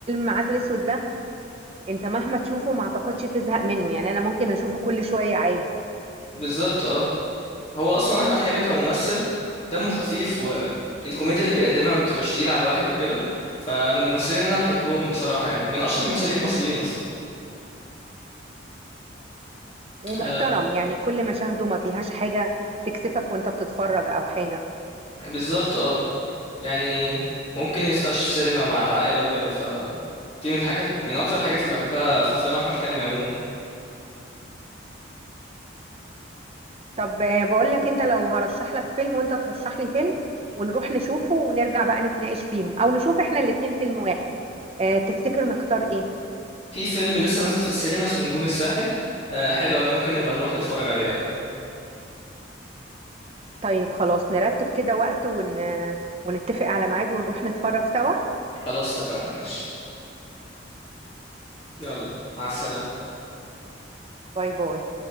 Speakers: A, on the right; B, on the left.
A: عسل اسود ده انت مهما تشوفه ما اعتقدش تزهق منه يعني انا ممكن اشوفه كل شوية عادي
B: بالظبط اه هو اصلا احمد حلمي كممثل دمه خفيف والكوميديا اللي بيقدمها ما بتبقاش تقيله على الواحد وكده فمن الممثلين اللي انا بحبهم بصراحه يعني من اشهر الممثلين المصريين اصلا
A: ومحترم
B: آه
A: يعني كل مشاهده ما فيهاش حاجة تكسفك وانت بتتفرج او حاجة
B: بالظبط اه يعني ممكن يتخش في سينما مع العائله وكده فدي من الحاجات من اكتر الحاجات اللي بحبها في افلام احمد حلمي عموما
A: طب آه، بقول لك انت لو هرشح لك فيلم وانت ترشح لي فيلم ونروح نشوفه ونرجع بقى نتناقش فيهم او نشوف احنا الاتنين فيلم واحد اه تفتكر نختار ايه
B: في فيلم لسه نازل في السينما اسمه نجوم الساحل آه حلو أوي، ممكن نبقى نروح نتفرج عليه او كده
A: طيب خلاص نرتب كده وقت ون... آه، ونتفق على ميعاد ونروح نتفرج سوا
B: خلاص اتفقنا ماشي يلا مع السلامه
A: باي باي